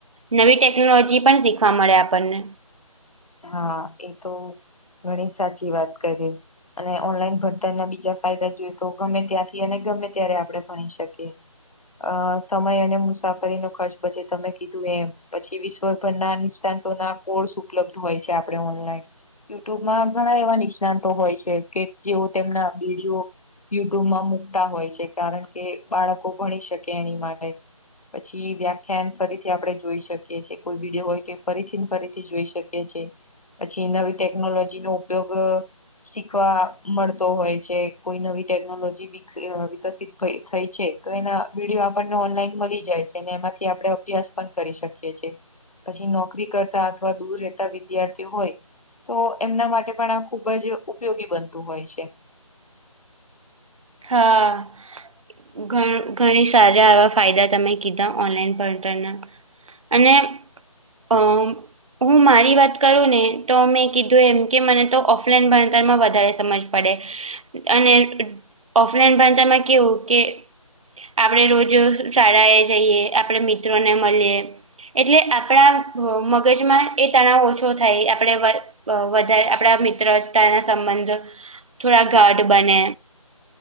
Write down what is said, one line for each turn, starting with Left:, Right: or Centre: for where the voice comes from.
Right: નવી ટેકનોલોજી પણ શીખવા મળે આપડને.
Left: હા એ તો ઘણી સાચી વાત કરી. અને ઓનલાઈન ભણતરના બીજા ફાયદા જોઈએ તો ગમે ત્યાંથી અને ગમે ત્યારે આપણે ભણી શકીએ. અ સમય અને મુસાફરીનો ખર્ચ બે તમે કીધું એમ પછી વિશ્વ ના નિષ્તાંતતો ના કોર્સ ઉપલબ્ધ હોય છે આપડે ઓનલાઈન. યુટ્યુબમાં ઘણા એવા નિષ્ણાતો હોય છે કે જેઓ તેમના વિડીયો યુટ્યુબમાં મુકતા હોય છે કારણ કે બાળકો ભણી શકે એની માટે. પછી વ્યાખ્યાન ફરીથી આપણે જોઈ શકીએ છીએ કોઈ વિડીયો હોય તો એ ફરીથી ને ફરીથી જોઈ શકીએ. છે. પછી નવી ટેકનોલોજી નો ઉપયોગ શીખવા મળતો હોય છે કોઈ નવી ટેકનોલોજી બી વિક્સી વિકસિત થઇ છે તો એના વિડીયો આપણને ઓનલાઈન મળી જાય છે અને એમાંથી આપે અભ્યાસ પણ કરી શકીએ છે પછી નોકરી કરતા અથવા દૂર રેહતા વિદ્યાર્થી હોય તો એમના માટે પણ આ ખુબ જ ઉપયોગી બનતું હોય છે.
Right: હા. ઘ ઘણી સારા આવા ફાયદા તમે કીધા ઓનલાન ભણતરના અને અ હું મારી વાત કરું ને તો મેં કીધું એમ કે મને તો ઓફલાઈન ભણતરમાં વધારે સમજ પડે અને ઓફલાઈન ભણતામાં કેવું કે આપડે રોજ શાળાએ જઈએ આપણે મિત્રોને મલીએ એટલે આપણા મગજમાં એ તણાવ ઓછો થાય આપડે વધારે આપણા મિત્રતાના સંબંધ થોડા ગાઢ બને.